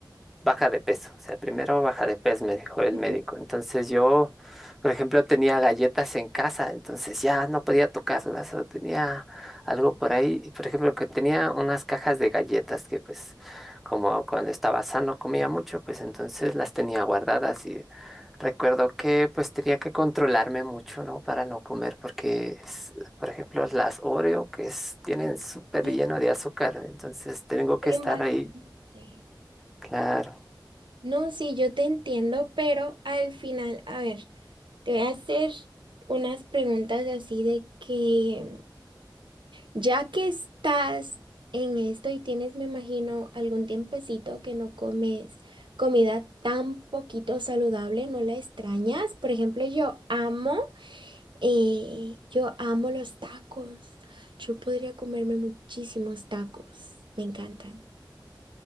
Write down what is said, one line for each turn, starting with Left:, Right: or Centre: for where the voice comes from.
Centre: baja de peso, o sea, primero baja de peso, me dijo el
Right: Ujú.
Centre: médico. Entonces yo, por ejemplo, tenía galletas en casa, entonces ya no podía tocarlas o tenía algo por ahí, y, por ejemplo, que tenía unas cajas de galletas que pues como cuando estaba sano comía mucho, pues entonces las tenía guardadas y recuerdo que pues tenía que controlarme mucho, ¿no? Para no comer porque, es- por ejemplo, las Oreo que es- tienen súper
Right: Sí,
Centre: lleno de azúcar, entonces tengo que
Right: bien
Centre: estar
Right: bastante.
Centre: ahí. Claro.
Right: No, sí, yo te entiendo, pero al final, a ver, te voy a hacer unas preguntas así de que, ya que estás en esto y tienes, me imagino, algún tiempecito que no comes comida tan poquito saludable, ¿no la extrañas? Por ejemplo, yo amo, eh, yo amo los tacos. Yo podría comerme muchísimos tacos. Me encantan.